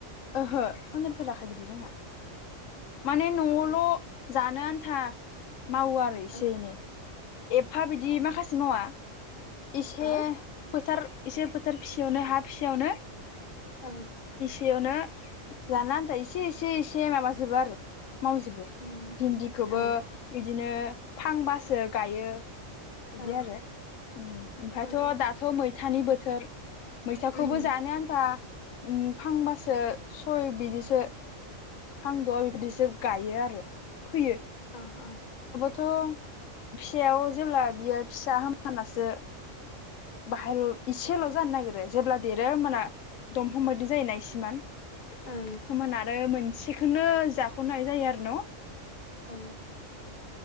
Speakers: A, on the left; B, on the left.
A: ओहो फानजाफेराखै बिदि जोंहा। माने न'आवल'
B: अ
A: जानो आन्था। मावो आरो एसे
B: अ
A: एनै एफा बिदि
B: ओ
A: माखासे मावा एसे
B: हा
A: फोथार एसे फोथार फिसायावनो हा फिसियावनो।
B: औ।
A: बेयावनो जानो आन्था एसे एसे एसे माबा जोबो आरो। मावजोबो
B: उम
A: भिन्दिखौबो
B: ओ
A: इदिनो फांबासो गायो बिदि
B: ओ
A: आरो उम ओमफ्रायथ'
B: उम
A: दाथ' मै सानि बोथोर मैथाखौबो
B: उम
A: जानो आन्था उम फांबासो सय बिदि सो फांद'आ बिबायदिसो गायो आरो फैयो।
B: ओ ओ
A: थ' फिसायाव जेब्ला बियो फिसा होमबानासो बाहेल इसेल' जानो नागिरो जेब्ला देरो ओमबाना दंफां बायदि जायोना इसेमान
B: ओं
A: खोमोन आरो मोन सेखोनो जाख'नो हायै जायो आरो न?
B: औ